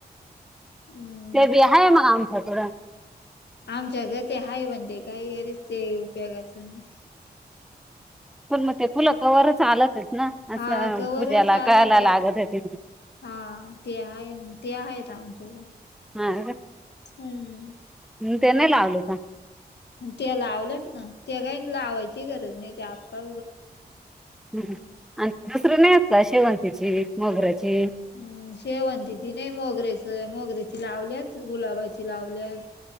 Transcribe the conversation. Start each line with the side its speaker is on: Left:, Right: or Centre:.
Left: हम्म.
Centre: ते बि हाय मग आमच्या कड
Left: आमच्या घर ते हाय म्हणते काही घरीच ते उपयोगाचं नाही.
Centre: पुन्हा ते फुल कवार च चालत नाहीत ना
Left: हा
Centre: असं
Left: कवरच
Centre: पूजेला
Left: आला
Centre: कायला
Left: त्यात
Centre: लागत आहे.
Left: हा ते आहे मग ते आहेेत आमच्याकड
Centre: हा.
Left: हम्म.
Centre: हम् ते नाही लावल का.
Left: ते लावलस न ते काय लावायची गरज नाही आक्खा
Centre: ह आणि दसर्यला येतात शेवंतीची मोगर्याची
Left: हम्म शेवंतीची नाही मोगरेच मोगर्याची लावल्यात गुलाबाची लावल्यात.